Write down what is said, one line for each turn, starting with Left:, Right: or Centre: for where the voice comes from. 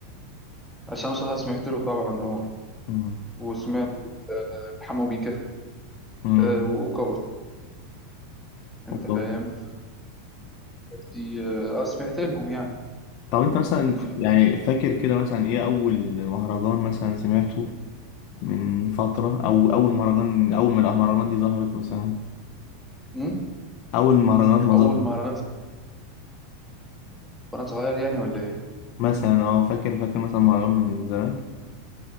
Centre: عشان صوتها سمعت له طبعا اه
Left: مم.
Centre: وسمعت آه، حمو بيكا
Left: مم.
Centre: آه، واوكا وأورتega، انت
Left: طب
Centre: فاهم دي اه آه، سمعت لهم يعني
Left: طب انت مثلا
Centre: وفي
Left: يعني فاكر كده مثلا ايه اول مهرجان مثلا سمعته من فتره او اول مهرجان اول ما المهرجانات دي ظهرت مثلا
Centre: مم؟
Left: اول مهرجانات ما
Centre: اول
Left: ظهرت
Centre: مهرجان وانا صغير يعني ولا ايه
Left: مثلا اه فاكر فاكر مثلا مهرجان من زمان